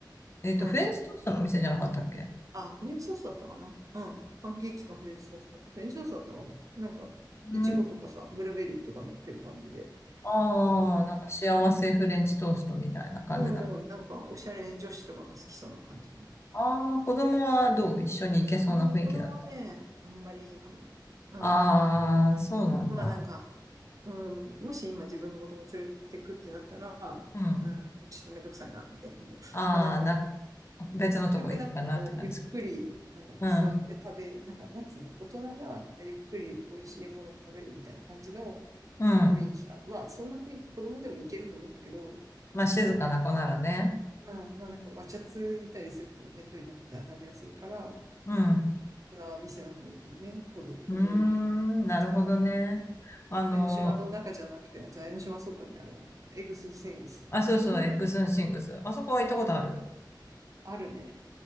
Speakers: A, on the left (about 35°); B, on the right (about 45°).
A: えっと、
B: うん。
A: フレンチトーストのお店じゃなかったっけ
B: あ、フレンチトーストだったかなうん。パンケーキかフレンチトースト。フレンチトーストだったかも。なんか、
A: うん。
B: イチゴとかさ、ブルーベリーとか乗ってる感じで。
A: ああ、
B: う
A: なんか幸せフレンチトーストみたいな感じだ。
B: んうんうん。なんか、おしゃれ女子とかが好きそうな感じの。
A: ああ、子供はどう一緒に行けそうな雰囲気だった。
B: ああ、子供はね、あんまりいいかも。うん。
A: ああー、そうなんだ。
B: まあなんか、うん、もし今自分の子供連れてくってなったら、
A: うん。
B: うん、ちょっとめんどくさいな、みたいな。もう、
A: ああ、
B: まあなんか、
A: な、別のとこ行くかなって感じ。
B: せっかくなんかこう、ゆっくり、なんだろう、
A: うん。
B: 座って食べ、なんか、なんつうんだ、大人がなんかゆっくり美味しいものを食べるみたいな感じの
A: うん。
B: 雰囲気かな。まあ、そんな雰囲気、子供でもいけると思うんだけど、
A: まあ、静かな子ならね。
B: ただなんか、うん、まあなんか、わちゃついたりするとめんどいな、みたいな感じがするから、
A: うん。
B: 大人は店の方がいいかもね、子ど、子連れだと。
A: うーん、なるほどね。
B: あっちの
A: あの、
B: 江ノ島の中じゃなくて、あっちの江ノ島外にある、あの、エグスシングスとかさ。
A: あ、そうそう、エッグスンシングス。あそこは行ったことある。
B: あるね。